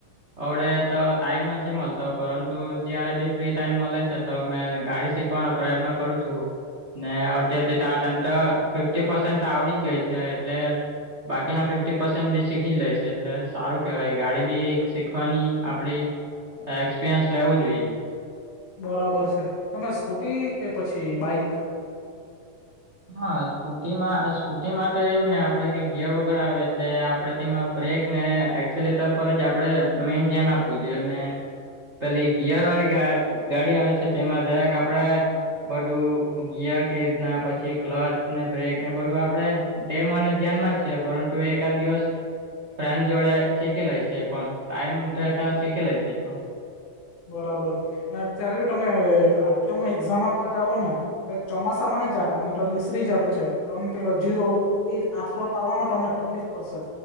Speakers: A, on the right (about 85°); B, on the left (about 90°).
A: અવડે તો ટાઈમ નથી મળતો, પરંતુ જયારે બી ફ્રી ટાઈમ મળે છે, તો મેં ગાડી શીખ પણ પ્રયત્ન કરું છું ને, અડધી અડધી આ ટાઈમ તો ફિફી પસેન્ટ તો આવડી જ ગઈ છે, એટલે બાકીના પસેન્ટ બી શીખી લે છે, સારું કેવાય, ગાડી બી શીખવાની આપડી એક્સપિરિયન્સ લેવું જોઈએ.
B: બરાબર છે, તમે સ્કૂટી કે પછી બાઈક
A: હા, સ્કૂટીમાં સ્કૂટી માટે એવું ને, આપડે કે ગિયર વગર આવે, એટલે આપડે બ્રેક ને, એક્સલેટર પર જ આપણે મેન ધ્યાન આપવું જોઈએ, અને પેલી ગિયર વાળી ગાડી આવે છે, તેમાં જરાક આપડે બધું ગિયર કે રીતના પછી પછી ક્લચ ને બ્રેક ને, બધું આપણે તે મને ધ્યાન જ છે, પરંતુ એકાદ દિવસ ફ્રેન્ડ જોડે શીખી લઈ છે, પણ ટાઈમ શીખી લે છે, પણ
B: બરાબર ને, અત્યારે બી તમે આરટીઓમાં એક્ઝામ આપવા જાઓ ને? ચોમાસામાંની જાટા તો લીસરી જાટું છે, ટન પેલો જીરો. એ આથરો પાડવામાં તમને તકલીફ પડશે.